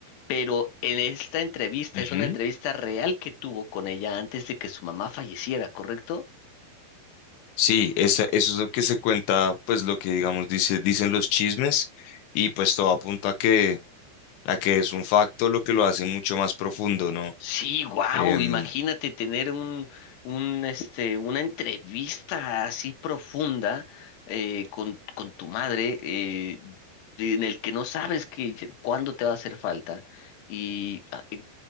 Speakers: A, on the left; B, on the left.
A: pero en esta entrevista
B: Ujú.
A: es una entrevista real que tuvo con ella antes de que su mamá falleciera, ¿correcto?
B: Sí, esa- eso es lo que se cuenta, pues lo que digamos dice, dicen los chismes y pues todo apunta a que, a que es un facto lo que lo hace mucho más profundo, ¿no?
A: Sí, wow,
B: Em,
A: imagínate tener un, un, este, una entrevista así profunda eh, con, con tu madre eh, de- en el que no sabes que, cuándo te va a hacer falta. Y a, eh,